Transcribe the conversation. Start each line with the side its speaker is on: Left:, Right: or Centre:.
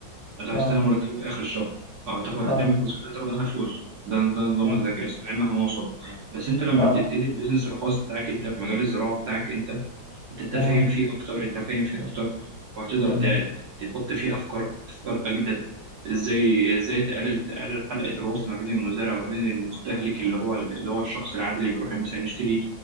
Right: أنت هتستنى
Left: اه
Right: مرتب آخر الشهر أو هتاخد هتعمل
Left: اه
Right: فلوس كده هتاخد عنها فلوس ده ده نظام
Left: اه
Right: الذكاء الصناعي مهما وصل بس أنت لما
Left: اه
Right: تبتدي البيزنس الخاص بتاعك أنت في مجال الزراعة بتاعك أنت أنت تفهم
Left: تمام
Right: فيه أكتر أنت فاهم فيه أكتر وهتقدر
Left: تمام
Right: تع- تحط فيه أفكار أفكار أجدد إزاي إزاي تقلل تقلل حلقة الوصل ما بين المزارع وما بين المستهلك اللي هو اللي هو الشخص العادي اللي بيروح مثلا يشتري